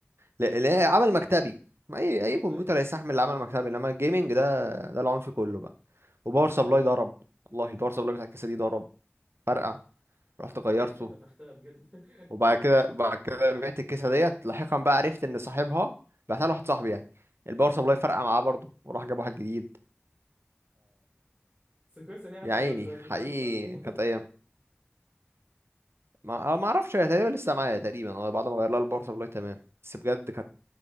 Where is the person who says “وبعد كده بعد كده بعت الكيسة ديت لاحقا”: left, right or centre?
Right